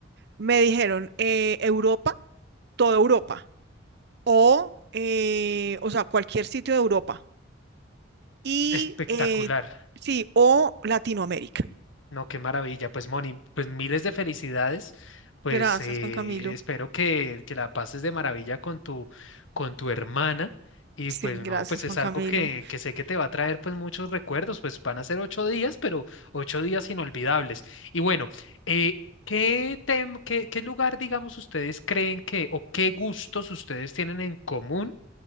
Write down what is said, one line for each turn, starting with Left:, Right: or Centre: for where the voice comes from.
Right: me dijeron eh, Europa, toda Europa, o, eh, o sea, cualquier sitio de Europa, y
Left: Espectacular.
Right: eh, sí, o Latinoamérica.
Left: No, qué maravilla. Pues Moni, pues miles de felicidades. Pues
Right: Gracias,
Left: eh,
Right: Juan Camilo.
Left: espero que, que la pases de maravilla con tu, con tu hermana. Y
Right: Sí,
Left: pues no,
Right: gracias,
Left: pues es
Right: Juan
Left: algo
Right: Camilo.
Left: que, que sé que te va a traer pues muchos recuerdos. Pues van a ser ocho días, pero ocho días inolvidables. Y bueno, eh, ¿qué, tem- qué, qué lugar, digamos, ustedes creen que o qué gustos ustedes tienen en común